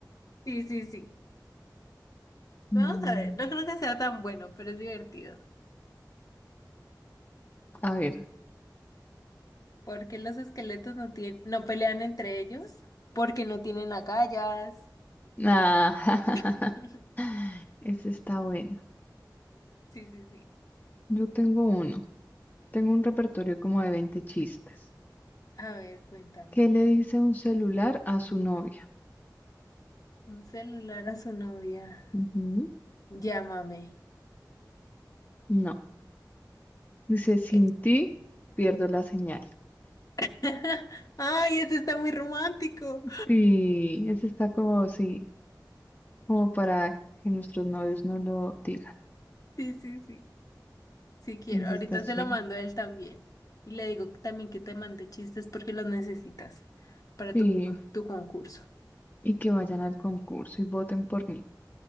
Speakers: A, on the left; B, on the left.
A: Sí, sí, sí. Vamos
B: Mm,
A: a ver, no creo que sea tan bueno, pero es divertido.
B: A ver.
A: ¿Por qué los esqueletos no tienen, no pelean entre ellos? Porque no tienen agallas.
B: Ah,
A: <laughs>
B: <laughs> ese está bueno.
A: Sí, sí, sí.
B: Yo tengo uno. Tengo un repertorio como de 20 chistes.
A: A ver, cuéntame.
B: ¿Qué le dice un celular a su novia?
A: Un celular a su novia.
B: Ujú.
A: Llámame.
B: No. Dice, sin
A: Eh,
B: ti pierdo la señal.
A: <laughs> Ay, ese está muy romántico.
B: Sí, ese está como, sí, como para que nuestros novios no lo digan.
A: Sí, sí, sí. Si quiero,
B: Ese
A: ahorita
B: está chévere.
A: se lo mando a él también. Y le digo también que te mande chistes porque los necesitas para
B: Sí,
A: tu, tu concurso.
B: y que vayan al concurso y voten por mí.